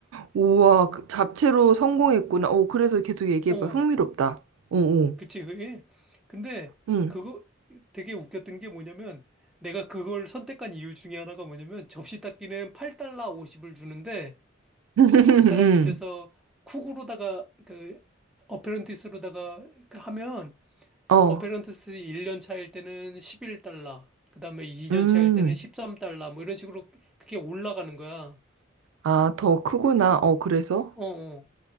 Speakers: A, on the right; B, in the centre.
A: 우와, 그 잡채로 성공했구나. 오, 그래서 계속 얘기해봐.
B: 어,
A: 흥미롭다. 오, 오,
B: 그치 <laughs> 그게. 근데
A: 응,
B: 그거 되게 웃겼던 게 뭐냐면 내가 그걸 선택한 이유 중에 하나가 뭐냐면 접시 닦기는 8달러 50을 주는데
A: <laughs> 응,
B: 그 사람 밑에서 쿡으로다가 그 어페런티스로다가 그 하면
A: 어,
B: 어페런트스 1년 차일 때는 11달러, 그 다음에 2년
A: 음.
B: 차일 때는 13달러, 뭐 이런 식으로 그게 올라가는 거야.
A: 아, 더 크구나. 어, 그래서?
B: 어, 어.